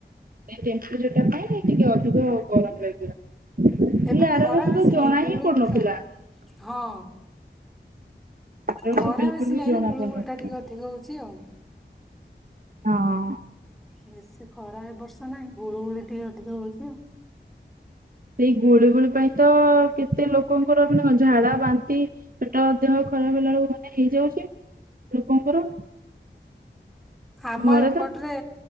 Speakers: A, on the right (about 50°); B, in the centre.
A: ସେଇ ଟେମ୍ପରଚରଟା ପାଇଁ ଟିକେ ଅଧିକ ଗରମ ଲାଗିଲା। ହେଲେ
B: ଏବେ
A: ଆର
B: ଖରା
A: ବର୍ଷ
B: ବେଶୀ
A: ତ ଜଣା
B: ନାହିଁ, ଗୁଳୁ
A: ହିଁ ପଡୁନଥିଲା
B: ଗୁଳିଟା ହଁ।
A: ଆର ବର୍ଷ
B: ଖରା
A: ବିଲକୁଲ
B: ବେଶୀ
A: ବି
B: ନାହିଁ,
A: ଜଣା
B: ଗୁଳୁ
A: ପଡୁନଥିଲା।
B: ଗୁଳଟା ଟିକି ଅଧିକ ହେଉଚି ଆଉ।
A: ହଁ।
B: ବେଶୀ ଖରା ଏ ବର୍ଷ ନାହିଁ, ଗୁଳୁ ଗୁଳି ଟିକେ ଅଧିକ ହଉଚି ଆଉ।
A: ସେଇ ଗୁଳି ଗୋଳି ପାଇଁ ତ, କେତେ ଲୋକଙ୍କର ମାନେ ଝାଡା, ବାନ୍ତି, ପେଟ, ଦେହ ଖରା ବୁଲା ବଳୁ ମାନେ ହେଇଯାଉଚି, ଲୋକଙ୍କର।
B: ଆମ
A: ଘରେ
B: ଏପଟରେ
A: ତ